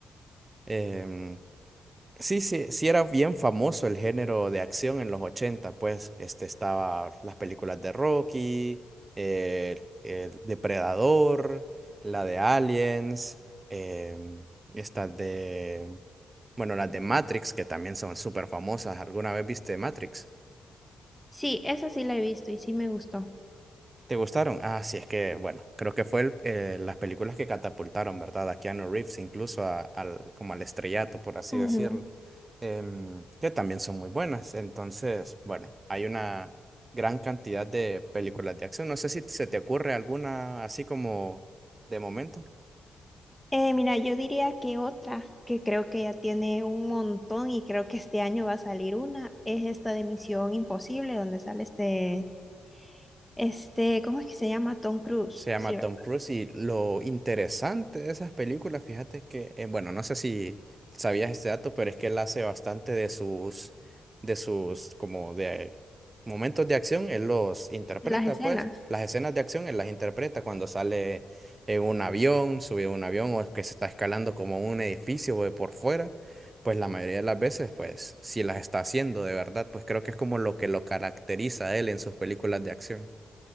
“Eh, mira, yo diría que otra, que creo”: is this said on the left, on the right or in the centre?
Centre